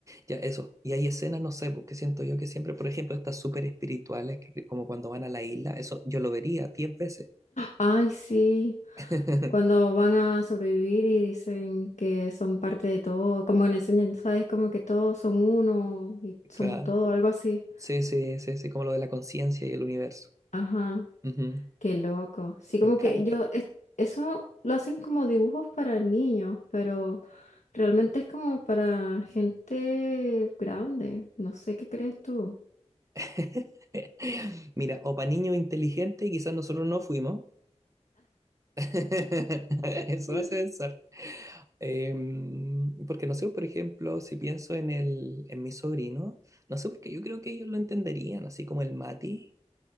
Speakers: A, on the right; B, on the left.
A: Ya, eso. Y hay escenas, no sé, porque siento yo que siempre, por ejemplo, estas súper espirituales, que, que como cuando van a la isla, eso yo lo vería diez veces.
B: Ay, sí.
A: <laughs>
B: Cuando van a sobrevivir y dicen que son parte de todo, como que le enseñan, ¿sabes? Como que todos son uno y somos
A: Claro.
B: todo, algo así.
A: Sí, sí, sí, sí, como lo de la conciencia y el universo.
B: Ajá,
A: Ujú.
B: qué loco. Sí, como
A: Me encanta.
B: que yo, es- eso lo hacen como dibujos para niños, pero realmente es como para gente grande. No sé qué crees tú.
A: <laughs> Mira, o para niños inteligentes, y quizás nosotros no fuimos. <laughs> Eso
B: <laughs>
A: hace pensar. Em, porque no sé, por ejemplo, si pienso en el, en mi sobrino, no sé, porque yo creo que ellos lo entenderían, así como el Mati,